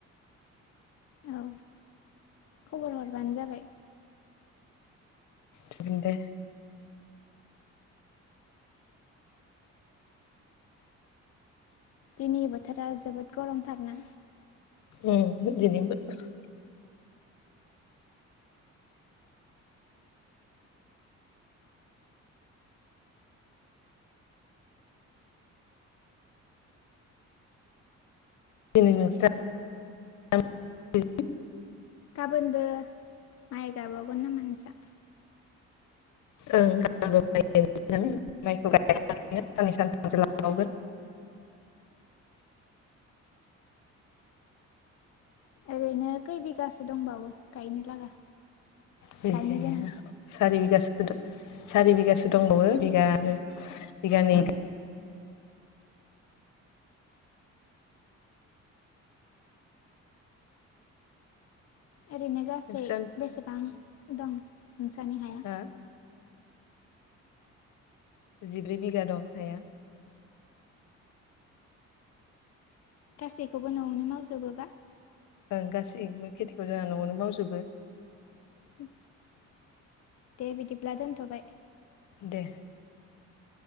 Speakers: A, on the left; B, on the left.
A: औ खबर हरबानो जाबाय
B: जागोन दे
A: दिनै बोथोरा जोबोद गरमथारना
B: उम बिदिनो बोथोर <unintelligible>
A: गाबोनबो माइ गायबावगोन नामा नोंसा
B: ओं गाबोन बो माइखौ गाय <inaudible> साननै सानथामसो लांबावगोन
A: ओरैनो खै बिगासो दंबावो गायनो लागा
B: बिगाया
A: गायनो गोनां
B: सारि बिगासो दं सारि बिगासो दंबावो बिगा आरो बिगानै
A: ओरैनो गासै
B: नोंस्रा
A: बेसेबां दं नोंसानि हाया
B: हा? जिब्रै बिगा दं हाया
A: गासैखौबो नआवनो मावजोबोबा
B: ओं गासैबो खेथिखौ जोंहा नआवनो मावजोबो
A: <unintelligible> दे बिदिब्ला दोनथ'बाय
B: दे